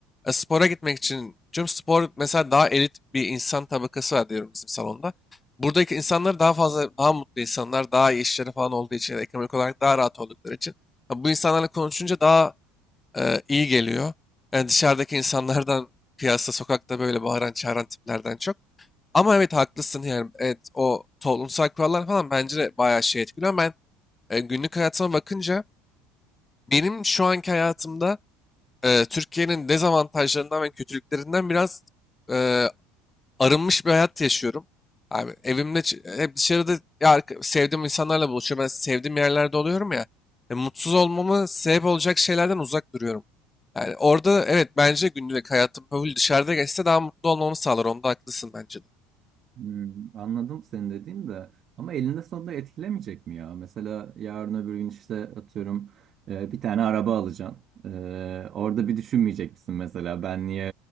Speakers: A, on the left; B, on the right.
A: E, spora gitmek için. Çünkü spor mesela daha elit bir insan tabakası var diyorum bizim salonda. Buradaki insanlar daha fazla, daha mutlu insanlar, daha iyi işleri falan olduğu için, ya da ekonomik olarak daha rahat oldukları için. Ha, bu insanlarla konuşunca daha e, iyi geliyor. Yani dışarıdaki insanlardan, <laughs> piyasa, sokakta böyle bağıran, çağıran tiplerden çok. Ama evet haklısın yani. Evet o toplumsal kurallar falan bence de bayağı şey etkiliyor. Ben e, günlük hayatıma bakınca benim şu anki hayatımda e, Türkiye'nin dezavantajlarından ve kötülüklerinden biraz e, arınmış bir hayat yaşıyorum. Abi evimde ç- hep dışarıda ya, arka- sevdiğim insanlarla buluşuyorum. Ben sevdiğim yerlerde oluyorum ya. E, mutsuz olmamı sebep olacak şeylerden uzak duruyorum. Yani orada evet bence günlük hayatım böyle dışarıda geçse daha mutlu olmamı sağlar. Onda haklısın bence de.
B: Hmm, anladım senin dediğin de ama elinde sonunda etkilemeyecek mi ya? Mesela yarın öbür gün işte atıyorum e, bir tane araba alacaksın. E, orada bir düşünmeyecek misin mesela ben niye